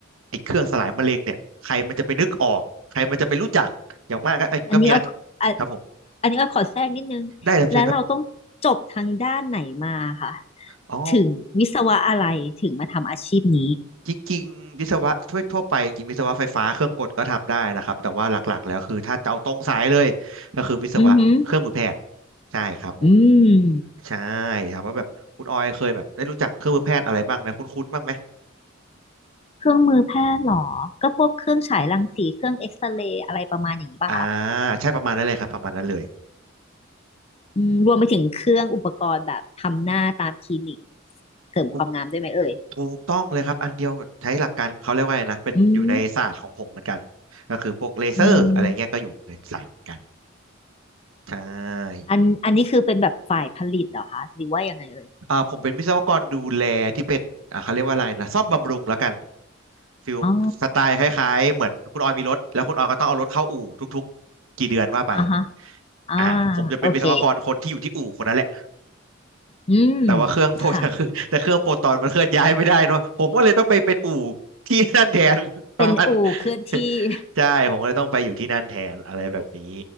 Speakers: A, on the right; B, on the left.
A: ไอ้เครื่องสลายมะเร็งเนี่ยใครมันจะไปนึกออกใครมันจะไปรู้จักอย่างมากก็เอ้ยก็มีอัน
B: อันนี้อ้อยอะ
A: ครับผม
B: อันนี้อ้อยขอแทรกนิดนึงแล้วเราต้องจบทางด้านไหนมาค่ะ
A: ได้รับเชิญครับอ๋อ
B: ถึงวิศวะอะไรถึงมาทำอาชีพนี้
A: จริงๆวิศวะทั่วทั่วไปจริงๆวิศวะไฟฟ้าเครื่องกลก็ทำได้นะครับแต่ว่าหลักๆแล้วคือถ้าจะเอาตรงสายเลยก็คือวิศวะเครื่องมือแพทย์
B: อือหือ
A: ใช่ครับผม
B: อืม
A: ใช่ครับว่าแบบคุณออยเคยแบบได้รู้จักเครื่องมือแพทย์อะไรบ้างไหมคุ้นๆบ้างไหม
B: เครื่องมือแพทย์เหรอก็พวกเครื่องฉายรังสีเครื่องเอ็กซเรย์อะไรประมาณอย่างนี้ป่ะคะ
A: อ่าใช่ประมาณนั้นเลยครับประมาณนั้นเลย
B: อืมรวมไปถึงเครื่องอุปกรณ์แบบทำหน้าตามคลินิกเสริมความงามด้วยไหมเอ่ย
A: ถูกถูกต้องเลยครับอันเดียวกับใช้หลักการเขาเรียกว่าอะไรนะเป็นอยู่ในศาสตร์ของผมเหมือนกัน
B: อืม
A: ก็คือพวกเลเซอร์อะไรเงี้ยก็อยู่ในศาสตร์เหมือนกัน
B: อืม
A: ใช่
B: อันอันนี้คือเป็นแบบฝ่ายผลิตเหรอคะหรือว่ายังไงเอ่ย
A: อ่าผมเป็นวิศวกรดูแลที่เป็นอ่าเขาเรียกว่าอะไรนะซ่อมบำรุงแล้วกัน ฟิลสไตล์คล้ายๆเหมือนคุณออยมีรถแล้วคุณออยก็ต้องเอารถเข้าอู่ทุกๆกี่เดือนว่าไป
B: อ๋ออ่าฮะอ่า
A: อ่าผมจะเป็นวิศวกรคนที่อยู่ที่อู่คนนั้นแหละ
B: โอเค อืม
A: แต่ว่าเครื่องโปรตคือ
B: ค่ะ
A: <laughs> แต่เครื่องโปรตอนมันเคลื่อนย้ายไม่ได้เนาะผมก็เลยต้องไปเป็นอู่ที่นั่นแทน <laughs>
B: เป็นอู่เคลื่อนที่
A: ประมาณ <laughs>
B: <laughs>
A: ใช่ผมก็เลยต้องไปอยู่ที่นั่นแทนอะไรแบบนี้